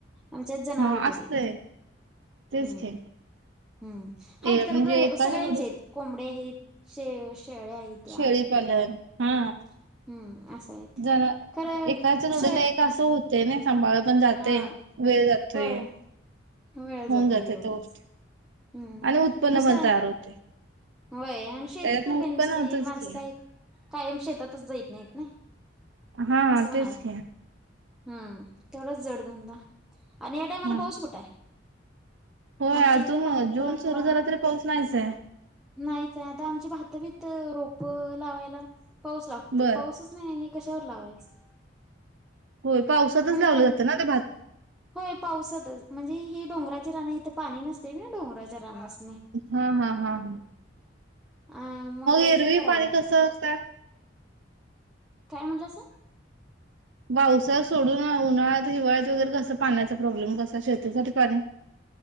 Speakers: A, in the centre; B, on the right.
A: आमच्याच जनावर
B: हा
A: तेवढ.
B: असतंय तेच
A: हम्म
B: की
A: हम्म आहेत
B: ए
A: का
B: म्हणजे एकाच्या
A: सगळ्या्यांचे
B: जोडी
A: आहेत. कोंबडे आहेत शे शेळे आहेत. त्या
B: शेळीपालन
A: हम्म
B: हा
A: हम्म असं आहेत
B: जरा
A: खरं
B: एकाच्या जडीला
A: शेड
B: एक असं होत. ते नाही सांभाळ पण जाते
A: हा
B: वेळ जातोय.
A: होय वेळ
B: होऊन
A: जातोय
B: जाते
A: तेवढाच
B: त्या गोष्टी
A: हम्म
B: आणि उत्पन्न
A: नुसता
B: पण तयार होते.
A: होय आणि शेती
B: त्याच्यातन
A: तर
B: उत्पन्न
A: काय नुसती
B: होतच
A: माणसं
B: की
A: काय. कायम शेतातच जायत नाहीत ना
B: हा
A: असंण.
B: तेच की
A: हम् तेवढाच जोडधंदा. आणि या टायमाला
B: हा
A: पाऊस कुठे आहे
B: होय
A: आमच्या
B: अजून
A: इकड भातत
B: जून
A: आता.
B: सुरू झाला तरी पाऊस नाहीे.
A: नाहीच आहे आता आमची भात भीत रोप लावायला पाऊस लागतोय
B: बर
A: पाऊसच. नाही कशावर लावायचं.
B: होय पावसातच लावले
A: तर
B: जातं ना ते भात
A: होय पावसातच म्हणजे ही डोंगराचे रान हथं पाणी नसते ना डोंगराचे राना असणे.
B: हा हा हा हा.
A: अ मग
B: एरवी
A: हे करायला.
B: पाणी कसं असता
A: काय म्हटलंच.
B: पावसा सोडून उन्हाळ्यात हिवाळ्यात वगैरे कस पाण्याचा प्रॉब्लेम कसा शेतीसाठी पाणी.